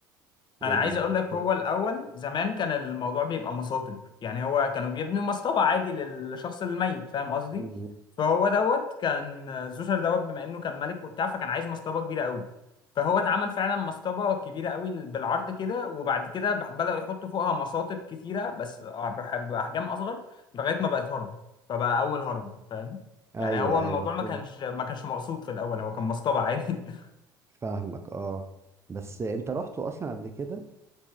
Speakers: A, on the right; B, on the left.
A: قول
B: انا عايز
A: لي
B: اقول
A: <laughs> قصته.
B: لك هو الاول زمان كان الموضوع بيبقى مصاطب يعني هو كانوا بيبنوا مصطبة عادي للشخص الميت فاهم قصدي
A: مم.
B: فهو دوت كان زوسر دوت بما انه كان ملك وبتاع فكان عايز مصطبة كبيرة قوي فهو اتعمل فعلا مصطبة كبيرة قوي بالعرض كده وبعد كده بح- بدأوا يحطوا فوقها مصاطب كتيرة بس بح- بأحجام أصغر لغاية ما بقت هرم فبقى أول هرم فاهم
A: ايوه
B: يعني هو الموضوع
A: ايوه
B: ما
A: فاهم
B: كانش ما كانش مقصود في الأول هو كان مصطبة عادي <laughs>
A: فاهمك اه بس انت رحته اصلا قبل كده